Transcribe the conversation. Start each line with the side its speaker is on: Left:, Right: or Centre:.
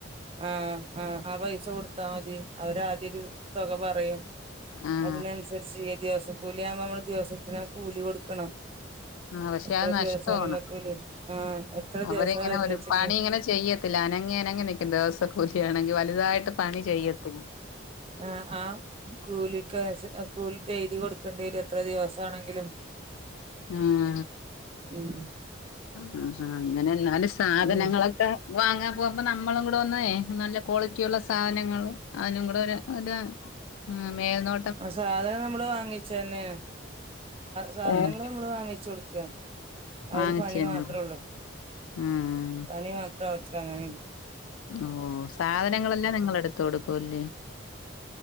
Right: ആഹ് ആഹ് ആ പൈസ കൊടുത്താ മതി അവര് ആദ്യ ഒരു തുക പറയും.
Left: ആഹ്
Right: അതിനനുസരിച്ച് ദിവസ കൂലി ആവുമ്പോ നമ്മള് ദിവസത്തിന ആ കൂലി കൊടുക്കണം.
Left: ആ പക്ഷെ
Right: എത്ര
Left: അത് നഷ്ടമാണ്.
Right: ദിവസണേലും ആഹ് കൂലി ആഹ് എത്ര
Left: അവരിങ്ങനെ
Right: ദിവസം വരുന്നെച്ചെങ്കി.
Left: ഒരു പണി ഇങ്ങനെ ചെയ്യത്തില്ല അനങ്ങി അനങ്ങി നിക്കും ദിവസ കൂലിയാണെങ്കി വലുതായിട്ട് പണി ചെയ്യത്തില്ല.
Right: ആഹ് ആഹ് കൂലിക്ക് കൂലി ഡെയിലി കൊടുക്കേണ്ടി വരും എത്ര ദിവസാണെങ്കിലും.
Left: ഉം
Right: ഉം
Left: ആഹാ അങ്ങനെന്നാലും സാധനങ്ങളൊക്കെ.
Right: ഉം
Left: വാങ്ങാൻ പോകുമ്പ നമ്മളും കൂടെ ഒന്നേ നല്ല ക്വാളിറ്റി ഉള്ള സാധനങ്ങൾ അതിനും കൂടെ ഒരു ഒരു മേൽനോ
Right: ആഹ് സാധനം നമ്മള് വാങ്ങിച്ച് തന്നെയാ സാധനങ്ങള്
Left: ഉം.
Right: നമ്മള് വാങ്ങിച്ച് കൊടുക്കുക അവര്
Left: വാങ്ങിച്ച്
Right: പണി
Left: തന്നെ.
Right: മാത്രേ ഉള്ളൂ
Left: ഉം.
Right: പണി മാത്രവേ അവർക്ക് അങ്ങനെ
Left: ഓ സാധനങ്ങളെല്ലാം നിങ്ങള് എടുത്ത് കൊടുക്കുവല്ലേ